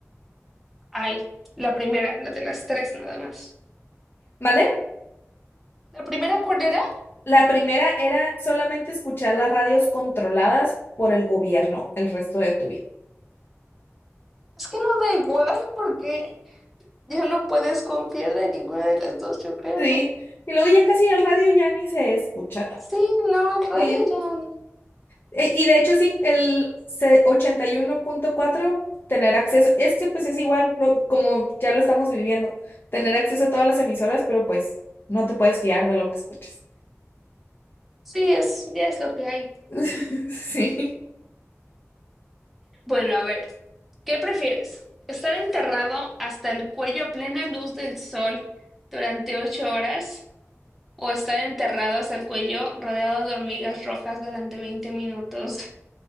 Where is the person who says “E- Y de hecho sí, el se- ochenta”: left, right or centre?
Left